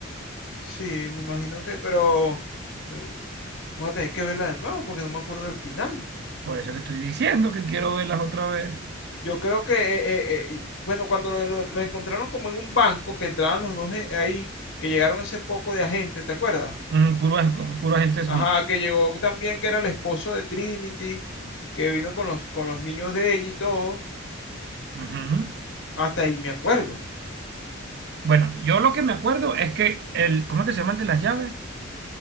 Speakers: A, on the left; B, on the right.
A: Sí, me imagino que, pero eh, voy a tener que verla de nuevo porque no me acuerdo del final.
B: Por eso te estoy diciendo que quiero verlas otra vez.
A: Yo creo que, eh, eh, eh, bueno, cuando lo, lo- lo encontraron como en un banco, que entraban los dos eh, ahí, que llegaron ese poco de agentes, ¿te acuerdas?
B: Mm, puro, ag- puro agente Smith.
A: Ajá, que llegó también, que era el esposo de Trinity, que vino con los, con los niños de ella y todo.
B: Ujú.
A: Hasta ahí me acuerdo.
B: Bueno, yo lo que me acuerdo es que el, ¿cómo es que se llama el de las llaves?